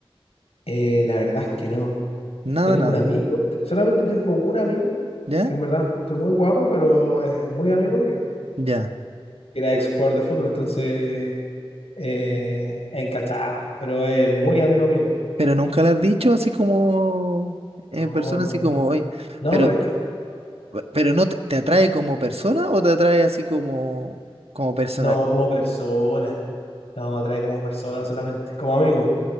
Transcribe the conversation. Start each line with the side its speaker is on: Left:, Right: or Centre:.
Left: Eh, la verdad es que no.
Right: Nada,
Left: Tengo
Right: nada.
Left: un amigo, te- solamente tengo un amigo,
Right: ¿Ya?
Left: que en verdad lo encuentro muy guapo, pero eh, muy amigo mío.
Right: Ya.
Left: Era ex jugador de fútbol, entonces eh, encachado, pero es muy amigo mío.
Right: Pero nunca lo has dicho así como en
Left: No,
Right: persona,
Left: nunca.
Right: así como hoy.
Left: No,
Right: Pero,
Left: pero es que
Right: pero no te, te atrae como persona o te atrae así como, como personal.
Left: no como persona. No, me atrae como persona solamente, como amigo.